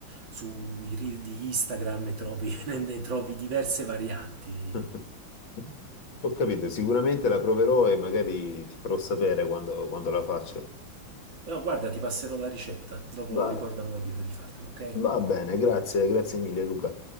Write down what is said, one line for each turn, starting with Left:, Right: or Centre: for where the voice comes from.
Right: sui reel di Instagram e trovi, <laughs> ne, ne trovi diverse varianti.
Left: <laughs> Ho capito, sicuramente la proverò e magari ti farò sapere quando, quando la faccio.
Right: No, guarda, ti passerò la ricetta, dopo
Left: Va,
Right: ricordamelo di, di fartelo, ok?
Left: va bene, grazie, grazie mille Luca.